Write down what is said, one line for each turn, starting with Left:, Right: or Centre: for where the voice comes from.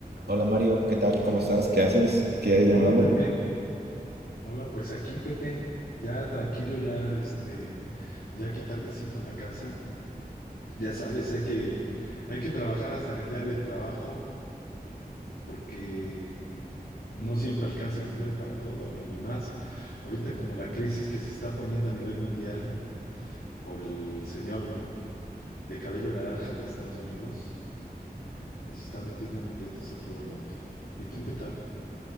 Right: Hola Mario, ¿qué tal? ¿Cómo estás? ¿Qué haces? ¿Qué hay de
Left: Hola
Right: nuevo?
Left: Pepe, hola pues aquí Pepe, ya tranquilo, ya este, ya aquí tardecito en la casa, ya sabes, hay que, hay que trabajar hasta en el día del trabajo, porque no siempre alcanza el dinero para todo, amigo, y más ahorita como la crisis que se está poniendo a nivel mundial por el señor de cabello naranja de Estados Unidos, nos está metiendo en aprietos a todo el mundo. ¿Y tú qué tal?